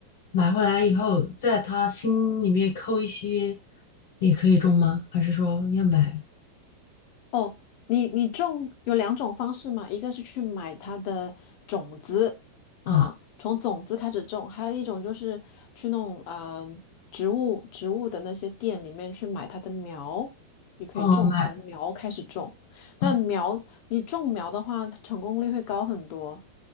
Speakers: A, on the left; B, on the left.
A: 买回来以后，在他心里面扣一些，也可以种吗？还是说要买？
B: 哦，你你种有两种方式嘛，一个是去买它的种子，嗯，
A: 啊？
B: 从种子开始种，还有一种就是去弄啊、呃植物植物的那些店里面去买它的苗，你可以种，
A: 哦，买，
B: 从苗开始种。但苗你种苗的话，
A: 哦，
B: 它成功率会高很多。